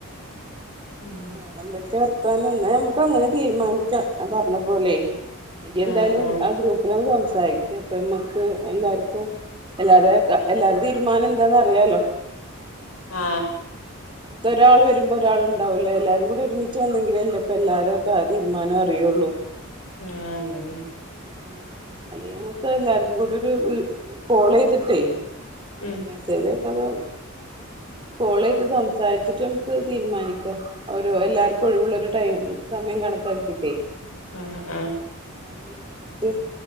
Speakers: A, on the left; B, on the right.
A: ഉം
B: വേറെ എന്തൊക്കെ വർത്താനം എന്നേ നമക്ക് അങ്ങനെ തീരുമാനിക്കാം പറഞ്ഞ പോലെ എനി എന്തായാലും
A: ആഹ് ആഹ്
B: ആ ഗ്രൂപ്പിലൊന്ന് സംസാരിക്ക് അപ്പം നമ്മക്ക് എല്ലാർക്കും എല്ലാരെ എല്ലാരുടെ തീരുമാനം എന്താന്ന് അറിയാലോ
A: ആ
B: ഇത് ഒരാള് വരുമ്പോ ഒരാള് ഉണ്ടാവൂല്ല എല്ലാരും കൂടി ഒരുമിച്ച് വന്നെങ്കിലല്ലേ ഇപ്പൊ എല്ലാരുടെ തീരുമാനം അറിയുള്ളൂ
A: ആ അതന്നെ
B: ആ അല്ലെ നമുക്ക് എല്ലാർക്കും കൂടെ ഒരു കോൾ ചെയ്തിട്ടേ ആഹ്
A: ഉം
B: മെസ്സേജ് ഒക്കെ അതോ കോൾ ചെയ്ത് സംസാരിച്ചിട്ട് നമുക്ക് തീരുമാനിക്കാം ഒരു എല്ലാർക്കും ഒഴിവുള്ള ഒരു ടൈം സമയം കണക്കാക്കിട്ടേ
A: ആ ആ
B: ആ വിളിച്ചിട്ട്